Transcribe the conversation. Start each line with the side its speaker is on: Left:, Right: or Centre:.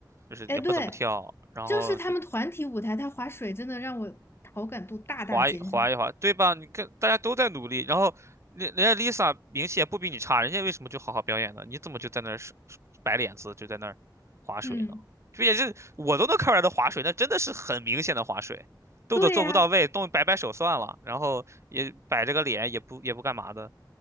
Right: 就是也不怎么跳，
Left: 哎，对，
Right: 然后就
Left: 就是他们团体舞台，他划水真的让我好感度大大减少。
Right: 划一划一划，对吧？你看大家都在努力，然后人人家 Lisa 名气也不比你差，人家为什么就好好表演呢？你怎么就在那儿是摆脸子，就在那儿划水呢？
Left: 嗯，
Right: 这也是我都能看出来的划水，那真的是很明显的划水，动作做不到位，
Left: 对呀，
Right: 动摆摆手算了，然后也摆着个脸，也不也不干嘛的。